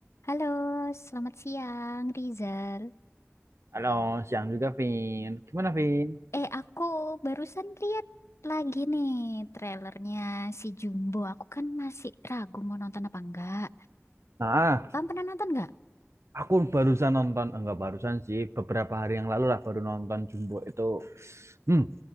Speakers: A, on the left; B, on the right.
A: Halo, selamat siang Rizal.
B: Halo, siang juga, Vin. Gimana, Vin?
A: Eh, aku barusan lihat lagi nih trailernya si Jumbo. Aku kan masih ragu mau nonton apa enggak.
B: Nah,
A: Kamu pernah nonton enggak?
B: aku barusan nonton, enggak barusan sih, beberapa hari yang lalu lah baru nonton Jumbo itu. Hmm,